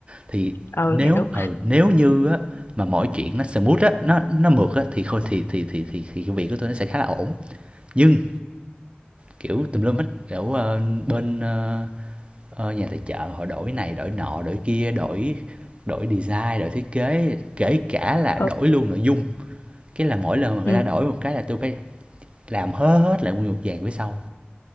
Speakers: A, on the right; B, on the left.
A: Thì
B: ừ
A: nếu
B: hiểu
A: ừ, nếu như á mà mọi chuyện nó smooth á, nó nó mượt á thì thôi thì thì thì thì, thì cái việc của tôi nó sẽ khá là ổn. Nhưng kiểu tùm lum hết kiểu ờ, bên ờ, ờ, nhà tài trợ họ đổi này, đổi nọ, đổi kia, đổi đổi design, đổi thiết kế, kể cả là
B: ừ
A: đổi luôn nội dung. Cái là mỗi lần mà người
B: ừ
A: ta đổi một cái là tôi phải làm hớ hết lại nguyên một dàn phía sau